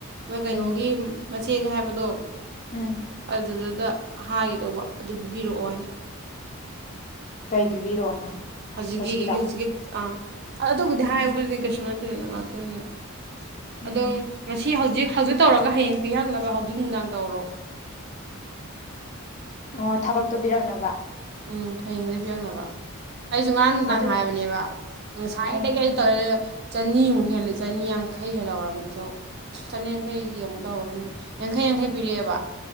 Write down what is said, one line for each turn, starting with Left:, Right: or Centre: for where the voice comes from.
Right: ꯃ ꯀꯩꯅꯣꯒꯤ
Left: ꯎꯝ
Right: ꯏꯆꯦꯅꯦ ꯍꯥꯏꯕꯗꯣ
Left: ꯎꯝ
Right: ꯑꯗꯨꯗ ꯑꯗꯨꯗ ꯍꯥꯏꯒꯤꯗꯧꯕ ꯑꯗꯨ ꯄꯤꯕꯤꯔꯛꯑꯣ ꯍꯥꯏꯅ
Left: ꯀꯩ ꯄꯤꯕꯤꯔꯛꯑꯣꯅ
Right: ꯍꯧꯖꯤꯛꯀꯤ
Left: ꯍꯧꯖꯤꯛꯀꯤꯗꯣ
Right: ꯍꯧꯖꯤꯛꯀꯤ ꯑ ꯑ ꯑꯗꯨꯕꯨꯗꯤ ꯌꯥꯏꯕꯗꯨꯗꯤ
Left: ꯎꯝ
Right: ꯀꯩꯁꯨ <unintelligible> ꯉꯛꯇꯅꯤꯅꯥ
Left: ꯎꯝ
Right: ꯑꯗꯣ ꯉꯁꯤ ꯍꯧꯖꯤꯛ ꯍꯧꯖꯤꯛ ꯇꯧꯔꯒ ꯍꯌꯦꯡ ꯄꯤꯔꯛꯅꯕ ꯍꯧꯖꯤꯛ ꯅꯨꯡꯗꯥꯡ ꯇꯧꯔꯣ
Left: ꯑꯣ ꯊꯕꯛꯇꯣ ꯄꯤꯔꯛꯅꯕ
Right: ꯎꯝ ꯍꯌꯦꯡꯗꯒꯤ ꯄꯤꯔꯛꯅꯕ ꯑꯩꯁꯨ ꯉꯔꯥꯡ ꯅꯨꯡꯗꯥꯡ
Left: ꯑꯗꯨ
Right: ꯍꯥꯏꯕꯅꯦꯕ ꯉꯁꯥꯏꯗꯒꯤ
Left: ꯎꯝ
Right: ꯑꯗꯨ ꯇꯧꯔꯦ ꯆꯅꯤꯃꯨꯛ ꯍꯦꯜꯂ ꯆꯅꯤ ꯌꯥꯡꯈꯩ ꯍꯦꯜꯍꯧꯔꯕꯅꯤ ꯆ ꯆꯅꯤꯌꯥꯡꯈꯩꯒꯤ ꯑꯃꯨꯛ ꯇꯧꯍꯧꯅꯤ ꯌꯥꯡꯈꯩ ꯌꯥꯡꯈꯩ ꯄꯤꯔꯛꯑꯦꯕ